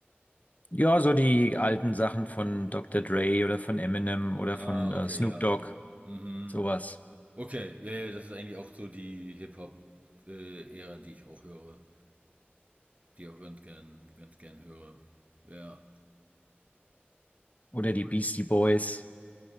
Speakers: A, on the left; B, on the right.
A: Ja, so die alten Sachen von Dr. Dre oder von Eminem oder
B: Ah,
A: von äh,
B: okay,
A: Snoop
B: ja.
A: Dogg,
B: Mhm.
A: sowas.
B: Okay, ja, ja, das ist eigentlich auch so die Hip-Hop-Ära, die ich auch höre, die ich auch ganz gern, ganz gern höre. Ja.
A: Oder die
B: Cool.
A: Beastie Boys.